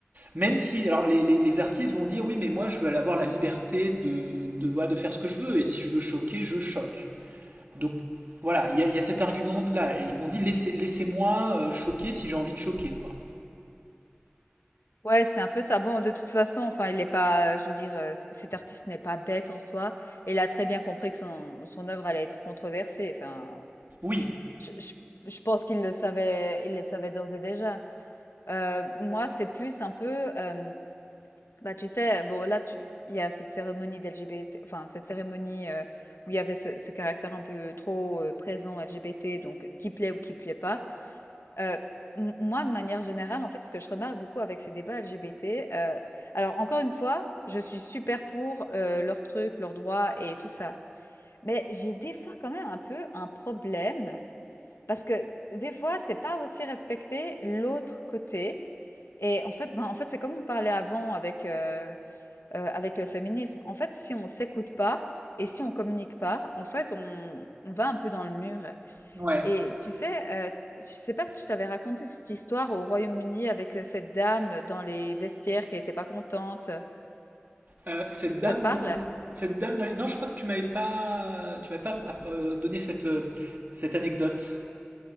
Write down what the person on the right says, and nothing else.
même si, alors les, les- les artistes vont dire oui, mais moi je veux avoir la liberté de, de, voilà, de faire ce que je veux, et si je veux choquer, je choque. Donc voilà, il y, a- il y a cet argument-là. Ils m'ont dit laissez, laissez-moi euh, choquer si j'ai envie de choquer, quoi.
Oui,
ouais.
Euh, cette
dame,
dans les- cette dame, dans les- non, je crois que tu m'avais pas, tu m'avais pas euh, donné cette, euh, cette anecdote.